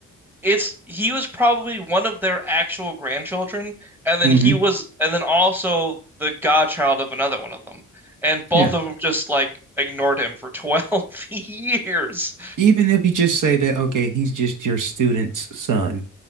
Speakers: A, in the centre; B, on the right.
A: it's he was probably one of their actual grandchildren, and then
B: hmm
A: he was, and then also the godchild of another one of them. And both
B: Yeah.
A: of them just like ignored him for 12 <laughs> years.
B: Even if you just say that, okay, he's just your student's son.